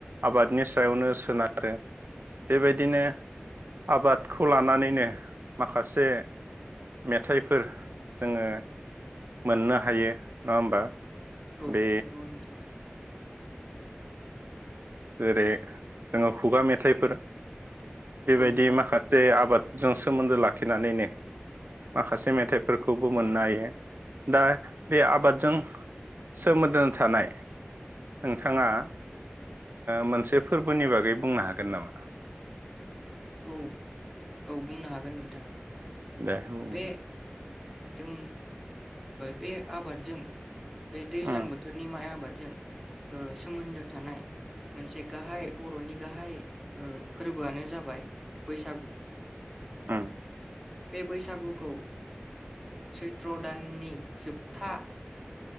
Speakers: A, on the right (about 55°); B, in the centre.
A: आबादनि सायावनो सोनारो बेबायदिनो आबादखौ लानानैनो माखासे मेथाइफोर जोङो मोननो हायो नङा होमबा
B: औ
A: बे
B: नंगौ नोंथां
A: जेरै जोङो खुगा मेथाइफोर बेबायदि
B: औ
A: माखासे बे आबादजों सोमोन्दो लाखिनानैनो माखासे मेथाइफोरखौबो मोननो हायो दा बे आबादजों सोमोन्दो थानाय नोंथाङा मोनसे फोरबोनि बागै बुंनो हागोन नामा
B: औ औ बुंनो हागोन नोंथां
A: दे बुंनाय
B: बे जों बे आबादजों बे दैज्लां
A: उम
B: बोथोरनि माइ आबाद सोमोन्दो थानाय मोनसे गाहाय बर'नि गाहाय फोरबोआनो जाबाय बैसागु
A: <inaudible>
B: बे बैसागुखौ सैत्र दाननि जोबथा